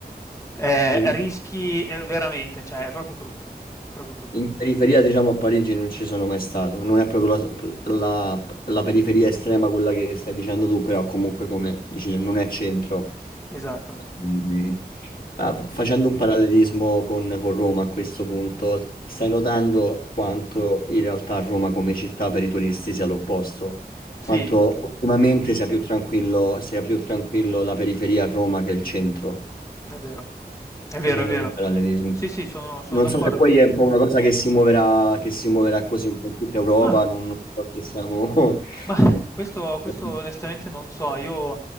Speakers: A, on the left (about 20°); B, on the left (about 60°).
A: ehm,
B: hai-
A: rischi, ehm, veramente, cioè è proprio brutto, proprio brutto.
B: In periferia, diciamo, a Parigi non ci sono mai stato. Non è proprio la, la- la periferia estrema quella che stai dicendo tu, però comunque come dici, tu, non è centro.
A: Esatto.
B: Mm. Ah, fa- facendo un parallelismo con, con Roma a questo punto, stai notando quanto in realtà Roma come città per i turisti sia l'opposto? Quanto
A: Sì,
B: ultimamente sia più tranquillo, sia più tranquillo la periferia a Roma che il centro
A: è vero. È
B: facendo
A: vero, è vero.
B: un parallelismo.
A: Sì, sì, sono sono
B: Non
A: d'accordo.
B: so se poi è un po' una cosa che si muoverà, che si muoverà così un po' in tutta Europa,
A: Ma
B: non so se siamo...
A: Mah, questo
B: <laughs>
A: questo onestamente non so. Io,